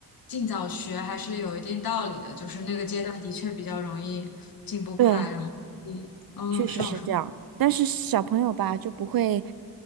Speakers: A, on the left; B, on the right.
A: 尽早学还是有一定道理的，就是那个阶段的确比较容易进步快，
B: 对，
A: 然后你嗯上手
B: 确实是这样，但是小朋友吧就不会